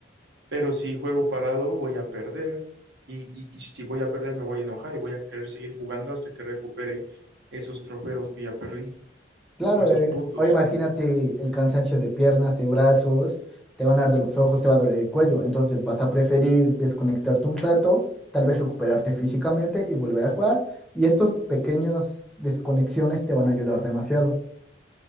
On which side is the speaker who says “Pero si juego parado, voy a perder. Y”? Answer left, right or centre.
Right